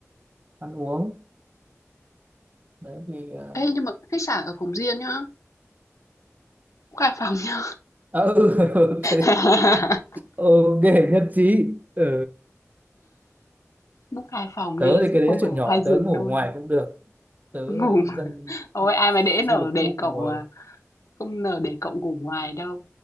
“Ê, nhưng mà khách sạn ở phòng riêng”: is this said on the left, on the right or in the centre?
Left